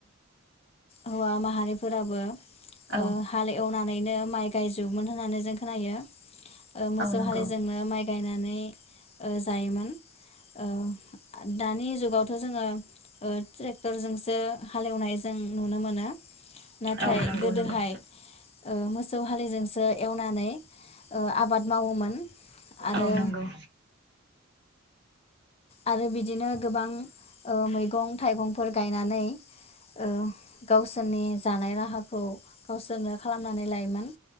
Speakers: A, on the left; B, on the right.
A: हौवा माहारिफोराबो
B: औ
A: ओ हाल एवनानैनो माइ गायजुबोमोन होननानै जों खोनायो ओ मोसौ
B: औ नंगौ
A: हालिजोंनो माइ गायनानै ओ जायोमोन ओ दानि जुग गावथ' जोङो ओ ट्रेक्टरजोंसो हालेवनायजों नुनो मोनो नाथाय
B: औ नंगौ
A: गोदोहाय
B: नंगौ
A: ओ मो सौ हलिजोंसो एवनानै ओ आबाद मावोमोन आरो
B: औ नंगौ
A: आरो बिदि बिदिनो गोबां ओ मैगं थाइगंफोर गायनानै ओ गावसोरनि जानाय राहाखौ गावस सोरनो खालामनानै लायोमोन